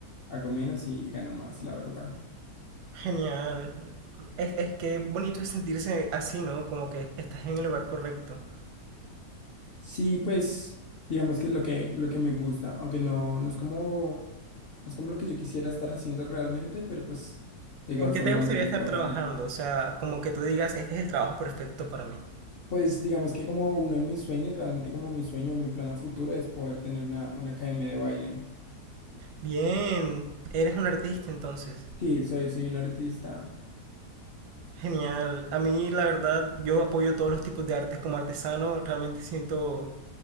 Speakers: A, on the left (about 55°); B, on the right (about 80°).
A: hago menos y, y gano más, la verdad.
B: genial. Es, es que bonito es sentirse así, ¿no? Como que estás en el lugar correcto.
A: Sí, pues digamos que es lo que, lo que me gusta, aunque no, no es como Es como lo que yo quisiera estar haciendo realmente, pero pues de igual
B: ¿En qué
A: forma
B: te gustaría
A: me gusta
B: estar
A: bastante.
B: trabajando? O sea, como que tú digas, este es el trabajo perfecto para mí.
A: Pues digamos que como uno de mis sueños, realmente como mi sueño o mi plan a futuro es poder tener una, una academia de baile.
B: Bien, eres un artista entonces.
A: Sí, soy, soy un artista.
B: Genial. A mí, la verdad, yo apoyo todos los tipos de artes como artesano. Realmente siento